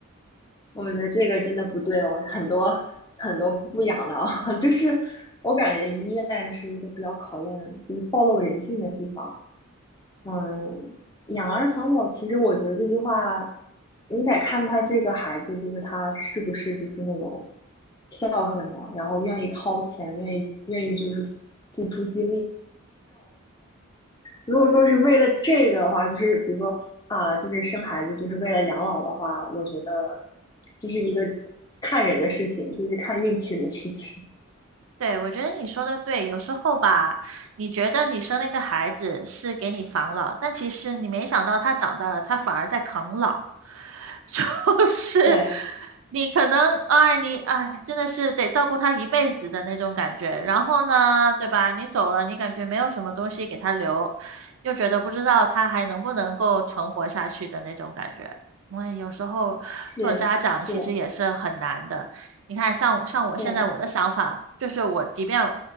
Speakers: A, on the left (about 20°); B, on the right (about 70°).
A: 我觉得这个真的不对哦，很多很多不养的啊，<laughs> 就是我感觉医院是一个比较考验就是暴露人性的地方。嗯，养儿防老，其实我觉得这句话，你得看他这个孩子，就是他是不是就是那种孝顺的，然后愿意掏钱，愿意愿意就是付出精力如果说是为了这个的话，就是比如说啊，就是生孩子就是为了养老的话，我觉得这是一个看人的事情，就是看运气的事情。
B: 对，我觉得你说的对，有时候吧，你觉得你生了一个孩子是给你防老，但其实你没想到他长大了，他反而在啃老，<laughs> 就是
A: 对，
B: 你可能，哎，你哎，真的是得照顾他一辈子的那种感觉。然后呢，对吧？你走了，你感觉没有什么东西给他留，又觉得不知道他还能不能够存活下去的那种感觉。哎，有时候做家长其实也是很难的。
A: 是是，
B: 你看，像我像我现在我的想法就是，
A: 对，
B: 我即便